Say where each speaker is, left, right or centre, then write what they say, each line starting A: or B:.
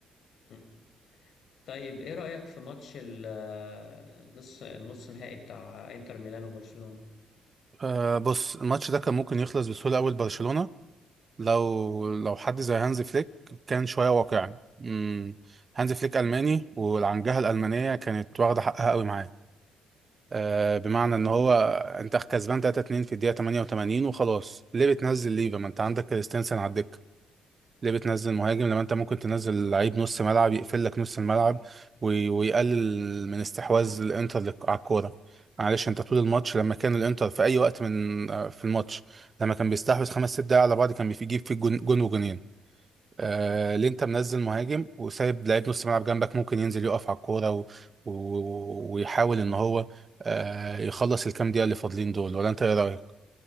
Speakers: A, on the left; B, on the right.
A: مم. طيب ايه رأيك في ماتش ال- النص النص نهائي بتاع انتر ميلان وبرشلونة
B: آه بص الماتش ده كان ممكن يخلص بسهوله قوي لبرشلونه لو لو حد زي هانز فليك كان شويه واقعي امم هانز فليك الماني والعنجهه الالمانيه كانت واخده حقها قوي معاه آه بمعنى ان هو انت كسبان 3-2 في الدقيقه 88 وخلاص ليه بتنزل ليفا ما انت عندك كريستنسن على الدكه ليه بتنزل مهاجم لما انت ممكن تنزل لعيب نص ملعب يقفل لك نص الملعب وي- ويقلل من استحواذ الانتر لك- على الكوره معلش انت طول الماتش لما كان الانتر في اي وقت من آه، في الماتش لما كان بيستحوذ خمس ست دقايق على بعض كان بيجيب فيه جون جون وجونين آه ليه انت منزل مهاجم وسايب لعيب نص ملعب جنبك ممكن ينزل يقف على الكوره و... و... ويحاول ان هو آه يخلص الكام دقيقه اللي فاضلين دول ولا انت ايه رايك